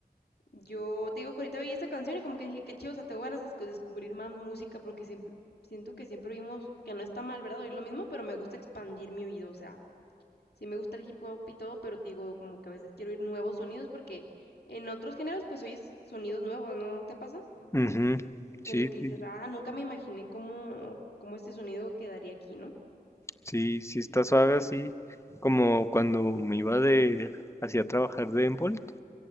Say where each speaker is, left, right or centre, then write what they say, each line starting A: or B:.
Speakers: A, on the left; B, on the left.
A: yo te digo que ahorita oí esa canción y como que dije, qué chido, o sea, tengo ganas de escu- descubrir más música porque siempre, siento que siempre oímos, que no está mal, ¿verdad? Oír lo mismo, pero me gusta expandir mi oído, o sea, sí me gusta el hip hop y todo, pero digo como que a veces quiero oír nuevos sonidos porque en otros géneros pues oyes sonidos nuevos, ¿no te pasa?
B: Ujú. Sí,
A: Que, que
B: sí,
A: dices, ah, nunca me imaginé cómo, cómo este sonido quedaría aquí, ¿no?
B: sí, sí está suave así. Como cuando me iba de hacía trabajar de Envolt,